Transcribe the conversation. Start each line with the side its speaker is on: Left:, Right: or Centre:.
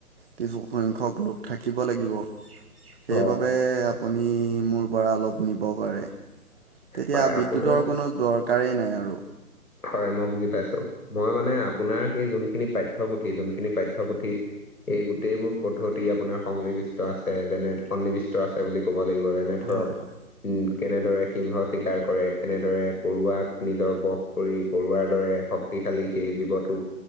Right: কিছুসংখ্যক লোক থাকিব লাগিব। সেইবাবে
Left: হয়, হয়
Right: আপুনি মোৰ পৰা অলপ নিব পাৰে। তেতিয়া
Left: হয়,
Right: বিদ্যুতৰ
Left: আপোনাৰ
Right: কোনো দৰকাৰে নাই আৰু।
Left: হয়, মই বুজি পাইছোঁ। মই মানে আপোনাৰ সেই যোনখিনি পাঠ্যপুথি যোনখিনি পাঠ্যপুথিত এই গোটেইবোৰ পদ্ধতি আপোনাৰ সংলিবিষ্ট আছে যেনে সন্নিৱিষ্ট ত' আছে বুলি ক'ব লাগিব যেনে ধৰক
Right: হয় হয়
Left: উম, কেনেদৰে সিংহ চিকাৰ কৰে, কেনেদৰে পৰুৱাক নিজৰ বস কৰি পৰুৱাৰ দৰে শক্তিশালী সেই জীৱটোক